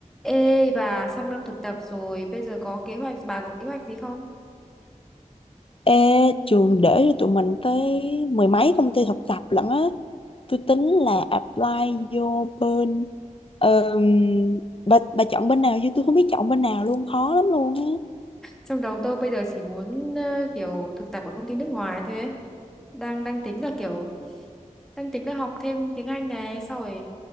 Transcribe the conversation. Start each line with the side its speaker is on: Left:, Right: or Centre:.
Centre: Ê bà sang năm thực tập rồi bây giờ có kế hoạch bà có kế hoạch gì không?
Left: Ê, trường để cho tụi mình tới mười mấy công ty thực tập lận á. Tôi tính là apply vô bên ờm, bà, bà chọn bên nào chứ tôi không biết chọn bên nào luôn, khó lắm luôn á.
Centre: Trong đầu tôi bây giờ chỉ muốn ờ, kiểu thực tập ở công ty nước ngoài thôi ấy. Đang đang tính là kiểu đang tính là học thêm tiếng Anh này sau rồi